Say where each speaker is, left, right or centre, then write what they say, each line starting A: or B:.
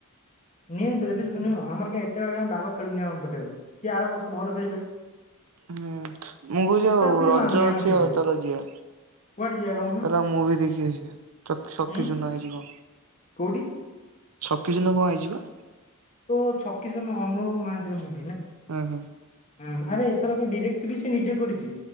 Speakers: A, on the left (about 35°); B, on the right (about 70°).
A: ନିଅ ବ୍ରବଶକୁ ନିଅ ଆମର କାହିଁ ଏତେ ବାଘ ଖେଳୁନିଅ ଆମ ପଟେକୁ କିଏ ଆର ବର୍ଷ ଭଲ ଖେଳିି ପାରେ।
B: ହୁଁ ମୁଁ କହୁଛି ଆଉ
A: ବି
B: ରଜ
A: ମାରୁନି
B: ଅଛି
A: ଆମ ଟିମ
B: ଆଉ
A: ରେ
B: ଚାଲ ଯିବା
A: କୁଆଡେ ଯିବା କହୁନ
B: ତାରେ ମୁଁଇ ଦେଖି ଆସିବା ଶକିଚୁନା
A: ଉଁ
B: ହେଇଯିବ।
A: କୋଉଠି
B: ଛକି ଶୂନ କଣ ହେଇଯିବା
A: ତୋ ଛକି ଶୂନ ଅନୁଭବ ମହାନ୍ତିର ମୁଁ
B: ହୁଁ ହୁଁ
A: ହଁ ଆରେ ଏଥର ଏକ ଡିରେକ୍ଟ ବି ସେ ନିଜେ କରିଛି